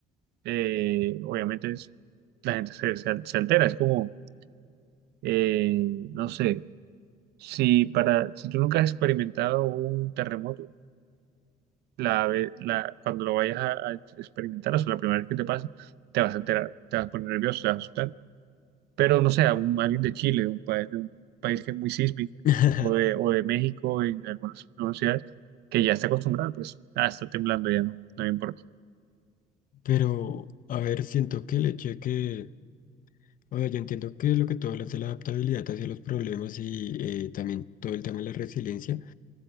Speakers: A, on the right; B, on the left.
A: eh, obviamente es- la gente se, se, al- se altera. Es como, eh, no sé, si, para, si tú nunca has experimentado un terremoto, la, ve- la, cuando lo vayas a, a experimentar, o sea, la primera vez que te pase, te vas a alterar, te vas a poner nervioso, te vas a asustar. Pero no sé, a un, alguien de Chile, un país, de un país que es muy sísmico,
B: <laughs>
A: o de, o de México, en algunas, algunas ciudades, que ya está acostumbrado, pues, ah, está temblando, ya no, no me importa.
B: Pero, a ver, siento que el hecho de que, o sea, yo entiendo que lo que todo hablas de la adaptabilidad hacia los problemas y eh, también todo el tema de la resiliencia,